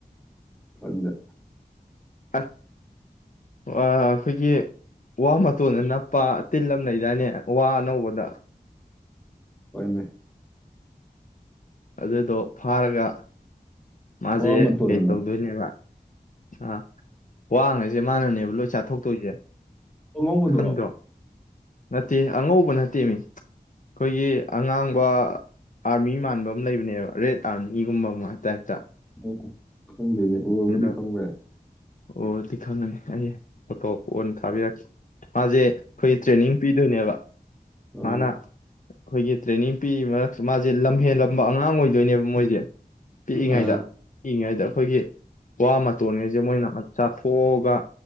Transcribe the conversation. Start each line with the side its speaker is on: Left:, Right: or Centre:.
Centre: ꯐꯗ
Left: ꯑꯁ ꯑ ꯑꯩꯈꯣꯏꯒꯤ ꯋꯥ ꯇꯣꯟꯅ ꯅꯞꯄ ꯇꯤꯜꯂꯝ ꯂꯩꯗꯥꯏꯅꯦ ꯋꯥ ꯑꯅꯧꯕꯗ
Centre: ꯍꯣꯏꯃꯦ
Left: ꯑꯗꯨꯗꯣ ꯐꯥꯔꯒ ꯃꯥꯁꯦ
Centre: ꯋꯥ ꯃꯇꯣꯟꯅ
Left: ꯀꯩ ꯇꯧꯗꯣꯏꯅꯦꯕ ꯑꯥ ꯋꯥꯋꯥꯡꯉꯩꯁꯦ ꯃꯥꯅꯅꯦꯕ ꯂꯣꯏ ꯆꯥꯊꯣꯛꯇꯣꯏꯁꯦ
Centre: ꯇꯉꯡꯕꯗ꯭ꯔꯣ
Left: ꯈꯪꯗ꯭ꯔꯣ ꯅꯠꯇꯦ ꯑꯉꯧꯕ ꯅꯠꯇꯦ ꯃꯤ ꯑꯩꯈꯣꯏꯒꯤ ꯑꯉꯥꯡꯕ ꯑꯥꯔꯃꯤ ꯃꯥꯟꯕ ꯑꯃ ꯂꯩꯕꯅꯦꯕ ꯔꯦꯠ ꯑꯥꯔꯃꯤꯒꯨꯝꯕ ꯑꯃ ꯇꯥꯏꯞꯇ
Centre: ꯑꯣ ꯈꯪꯗꯦꯅꯦ ꯎꯔꯕꯨꯗꯤ
Left: ꯑꯗꯣ
Centre: ꯈꯪꯈ꯭ꯔꯦ
Left: ꯑꯣꯗꯤ ꯈꯪꯅꯦ ꯑꯩ ꯐꯣꯇꯣ ꯄ ꯑꯣꯏꯅ ꯊꯥꯕꯤꯔꯛꯈꯤ ꯃꯥꯁꯦ ꯑꯩꯈꯣꯏ ꯇ꯭ꯔꯦꯅꯤꯡ ꯄꯤꯗꯣꯏꯅꯦꯕ
Centre: ꯑꯥ
Left: ꯃꯥꯅ ꯑꯩꯈꯣꯏꯒꯤ ꯇ꯭ꯔꯦꯅꯤꯡ ꯄꯤ ꯃꯔꯛꯁꯨ ꯃꯥꯁꯦ ꯂꯝꯍꯦꯟꯂ ꯎꯝꯕ ꯑꯉꯥꯡ ꯑꯣꯏꯗꯣꯏꯅꯦꯕ ꯃꯣꯏꯁꯦ, ꯄꯤꯛꯏꯉꯩꯗ
Centre: ꯑꯥ
Left: ꯄꯤꯛꯏꯉꯩꯗ ꯈꯣꯏꯒꯤ ꯋꯥ ꯃꯇꯣꯟ ꯒꯩꯁꯦ ꯃꯣꯏꯅ ꯆꯥꯊꯣꯛꯑꯒ